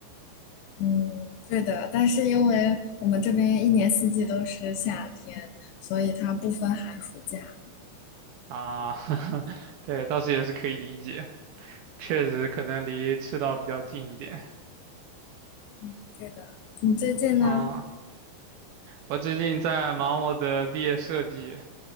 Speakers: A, on the left; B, on the right.
A: 嗯，对的。但是因为我们这边一年四季都是夏天，所以它不分寒暑假。
B: 啊，<laughs> 对，倒是也是可以理解，确实可能离赤道比较近一点
A: 嗯，对的。你最近呢？
B: 啊。我最近在忙我的毕业设计，